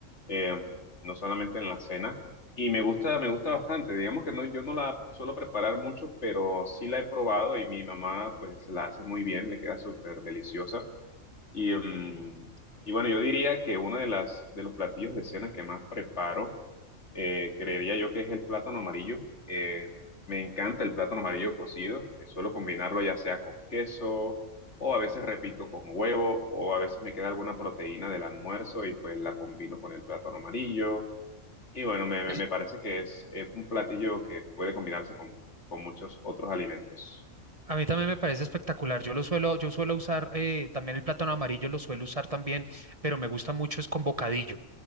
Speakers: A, on the left; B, on the right.
A: eh, no solamente en la cena. Y me gusta, me gusta bastante. Digamos que no, yo no la suelo preparar mucho, pero sí la he probado y mi mamá pues la hace muy bien, le queda súper deliciosa. Y, mm, y bueno, yo diría que uno de las de los platillos de cena que más preparo, eh, creería yo que es el plátano amarillo. Eh, me encanta el plátano amarillo cocido. eh, suelo combinarlo ya sea con queso o a veces repito con huevo o a veces me queda alguna proteína del almuerzo y pues la combino con el plátano amarillo. Y bueno, me, me
B: Es-
A: me parece que es, es un platillo que puede combinarse con, con muchos otros alimentos.
B: A mí también me parece espectacular. Yo lo suelo, yo suelo usar eh, también el plátano amarillo, lo suelo usar también, pero me gusta mucho es con bocadillo.